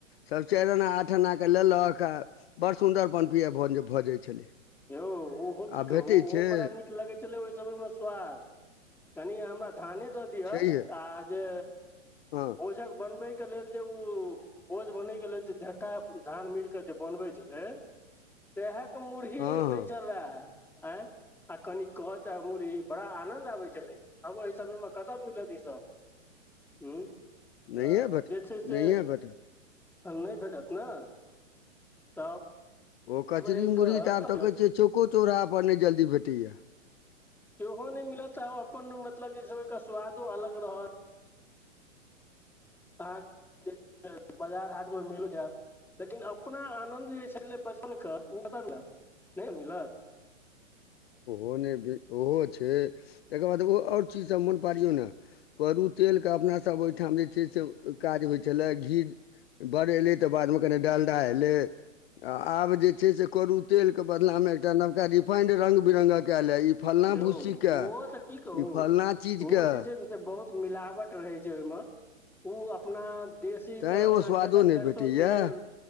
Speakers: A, on the left (about 50°); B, in the centre.
A: सभ चारि अना आठ आन के लेलक आ बड़ सुन्दर पन पियाय भऽ जाइ छलै
B: यौ ओहो
A: आ
B: की कहू
A: भेटै
B: ओहो
A: छै
B: बड़ा नीक लगै ओहि समय मे स्वाद कनि हमरा थाने द दिय
A: छैहे
B: आ जे
A: हँ
B: भोजक बनबैके लेल जे उ भोझ बनय के लेल जे झट्टा धान मिल के जे बनबै छलै ओहेके कि यौ
A: हँ हँ
B: लै छला आँ आ कनि कच आ मुड़ही बड़ा आनंद आबै छलै आब एहि समय मे कतय मिलत ईसभ हूं तऽ
A: नहिए भेटत
B: जे छै से
A: नहिए भेटत
B: नय भेटत ने तब
A: ओ कचरी
B: एहिके
A: मुुरही तऽ आब तऽ कहै छियै चौको चौराहो पर नय जल्दी भेटैया
B: सेहो नय मिलत आ अपन मतलब जे छै ओकर स्वादो अलग रहत अहाँके बाजार हाट मे मिलि जायत लेकिन अपना आनन्द जे छलै बचपन के ओ कत मिलत नय मिलत
A: ओहो नय ओहो छै तकर बाद ओ आओर चीजसभ मोन पारियौ ने करु तेल के अपना सब ओहिठाम जे छै से काज होइ छलै घी बड़ एलै त बाद में कोनो डंडा एलय आब जे छै से करू तेल तो बदला मे एकटा नवका रिफाइंड रंग बिरंगक अयला ह ई फल्लाँ
B: यौ
A: भूस्सीके
B: ओहो तऽ की कहू
A: ई फल्लाँ चीजके
B: ओहो जे छै ने बहुत मिलावट रहै छै ओहिमे ओ अपना देशी
A: तैँ
B: के अपना
A: ओ स्वादो
B: खेतक
A: नहि
B: सरिसों
A: भेटैए
B: तेल